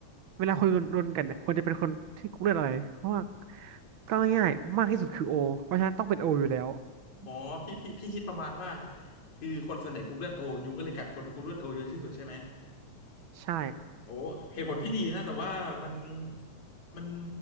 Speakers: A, on the right; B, on the left.
A: เวลาคนรนกันเนี่ยควรจะเป็นคนที่กรุ๊ปเลือดอะไรเพราะว่าก็ง่ายๆมากที่สุดคือโอเพราะฉะนั้นต้องเป็นโออยู่แล้ว
B: อ๋อพี่พี่พี่คิดประมาณว่าคือคนส่วนใหญ่กรุ๊ปเลือดโอยุงก็เลยกัดคนกรุ๊ปเลือดโอเยอะที่สุดใช่ไหม
A: ใช่
B: โอ้เหตุผลพี่ดีนะแต่ว่ามันมัน